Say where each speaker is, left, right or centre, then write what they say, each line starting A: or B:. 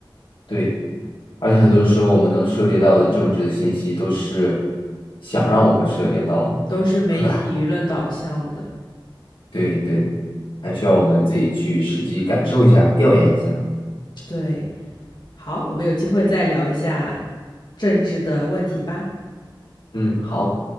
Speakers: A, on the left; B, on the left.
A: 对，而且很多时候我们能涉猎到的政治的信息都是想让我们涉猎到的，
B: 都是媒体舆论导向的。
A: 可能还。对对，还需要我们自己去实际感受一下，调研一下。
B: 对，好，我们有机会再聊一下政治的问题吧。
A: 嗯，好。